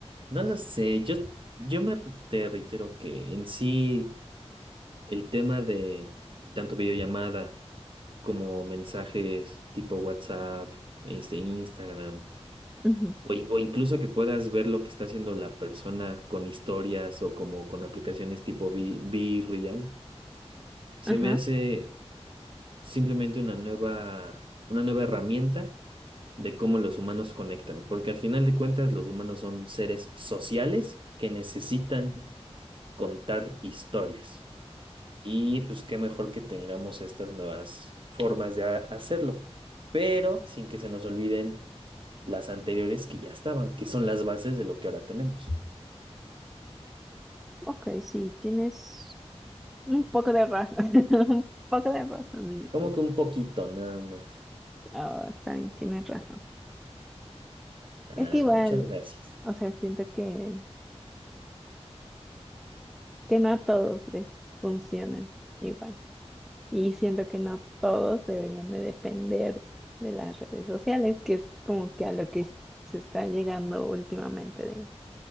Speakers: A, on the right; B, in the centre.
A: no lo sé, yo, yo me r- te reitero que en sí el tema de tanto videollamada como mensajes tipo WhatsApp, este, Instagram.
B: Ujú.
A: O, in- o incluso que puedas ver lo que está haciendo la persona con historias o como con aplicaciones tipo Be, Be Real, se
B: Ajá.
A: me hace simplemente una nueva, una nueva herramienta de cómo los humanos conectan, porque al final de cuentas los humanos son seres sociales que necesitan contar historias. Y pues qué mejor que tengamos estas nuevas formas de ha- hacerlo, pero sin que se nos olviden las anteriores que ya estaban, que son las bases de lo que ahora tenemos.
B: Ok, sí, tienes un poco de razón. <laughs> Un poco de razón en eso.
A: Como que un poquito nada más.
B: Ah, también tienes razón.
A: Ah,
B: Es que igual,
A: muchas gracias.
B: o sea, siento que, que no a todos les funciona igual. Y siento que no todos deberían de depender de las redes sociales, que es como que a lo que s- se está llegando últimamente de